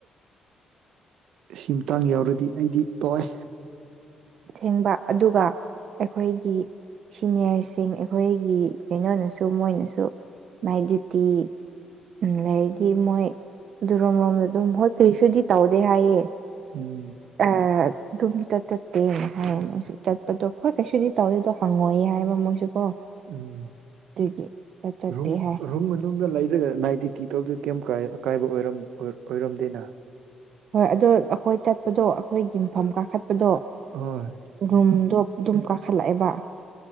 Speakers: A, on the right (about 80°); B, on the right (about 65°).
A: ꯁꯤ ꯃꯇꯥꯡ ꯌꯥꯎꯔꯗꯤ ꯑꯩꯗꯤ ꯇꯣꯛꯑꯦ
B: ꯊꯦꯡꯕ ꯑꯗꯨꯒ ꯑꯩꯈꯣꯏꯒꯤ ꯁꯤꯅꯤꯌꯔꯁꯤꯡ ꯑꯩꯈꯣꯏꯒꯤ ꯀꯩꯅꯣꯅꯁꯨ ꯃꯣꯏꯅꯁꯨ ꯅꯥꯏꯠ ꯗ꯭ꯌꯨꯇꯤ ꯎꯝ ꯂꯩꯗꯤ ꯃꯣꯏ ꯑꯗꯨꯔꯣꯝ ꯂꯣꯝꯗ ꯑꯗꯨꯝ ꯍꯣꯏ ꯀꯔꯤꯁꯨꯗꯤ ꯇꯧꯗꯦ ꯍꯥꯏꯌꯦ
A: ꯎꯝ
B: ꯑ ꯑꯗꯨꯝ ꯇ ꯆꯠ ꯇꯦꯅ ꯍꯥꯏꯌꯦ ꯃꯣꯏꯁꯨ ꯆꯠꯄꯗꯣ ꯍꯣꯏ ꯀꯩꯁꯨꯗꯤ ꯇꯧꯗꯦꯗꯣ ꯍꯪꯉꯣꯏꯌꯦ ꯍꯥꯏꯕ ꯃꯣꯏꯁꯨ ꯀꯣ
A: ꯎꯝ
B: ꯑꯗꯨꯒꯤ ꯆꯠ ꯆꯠꯇꯦ
A: ꯔꯝ
B: ꯍꯥꯏ
A: ꯔꯨꯝ ꯃꯅꯨꯡꯗ ꯂꯩꯔꯒ ꯅꯥꯏꯠ ꯗ꯭ꯌꯨꯇꯤ ꯇꯧꯗ꯭ꯔ ꯀꯩꯝ ꯑꯀꯥꯏꯕ ꯑꯣꯏꯔꯝ ꯑꯣꯏꯔꯝꯗꯦꯅ
B: ꯍꯣꯏ ꯑꯗꯣ ꯑꯈꯣꯏ ꯆꯠꯄꯗꯣ ꯑꯈꯣꯏ ꯌꯨꯝꯐꯝ ꯀꯥꯈꯠ ꯑꯗꯣ
A: ꯍꯣꯏ
B: ꯔꯨꯝꯗꯣ ꯗꯨꯨꯝ ꯀꯥꯈꯠꯂꯛꯑꯦꯕ